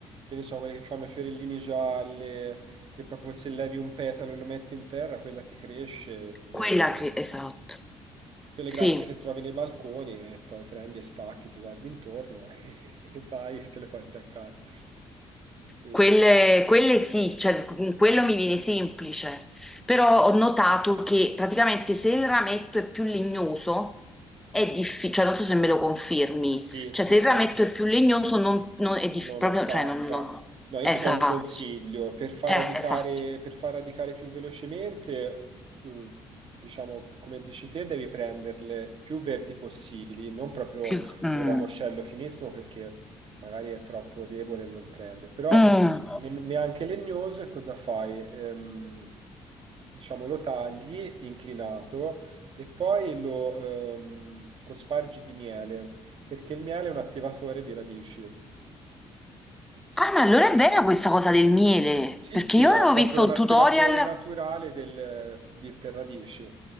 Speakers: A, on the right; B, in the centre.
A: che ne so, quelle che fanno i fiorellini gialle, che proprio se levi un petalo e lo metti in terra, quella ti cresce e ti
B: Quella
A: viene...
B: che, esatto,
A: Quelle
B: sì.
A: grasse che trovi nei balconi e poi prendi e stacchi, ti guardi intorno e, <laughs> e vai e te le porti a casa. E-
B: Quelle, quelle sì, cioè con quello mi viene semplice, però
A: mm,
B: ho notato che praticamente se il rametto è più legnoso è difficile, cioè non so se me lo confermi,
A: Sì,
B: cioè
A: sì,
B: se
A: esatto.
B: il rametto è più legnoso non, non è dif-
A: non
B: proprio,
A: attacca.
B: cioè non, non-
A: No, io
B: esatto,
A: ti do un consiglio per far
B: eh,
A: radicare,
B: esatto,
A: per far radicare più velocemente, eh, diciamo, come dici te, devi prenderle più verdi possibili, non proprio
B: più, mm.
A: un ramoscello finissimo perché magari è troppo debole e non prende, però
B: Mm.
A: ne- neanche legnoso e cosa fai? Ehm, diciamo, lo tagli inclinato e poi lo ehm, cospargi di miele, perché il miele è un attivatore di radici.
B: Ah, ma allora è vera questa cosa del miele,
A: Sì,
B: perché
A: sì,
B: io
A: è
B: avevo
A: proprio
B: visto
A: un
B: un
A: attivatore
B: tutorial
A: naturale del, di, per radici.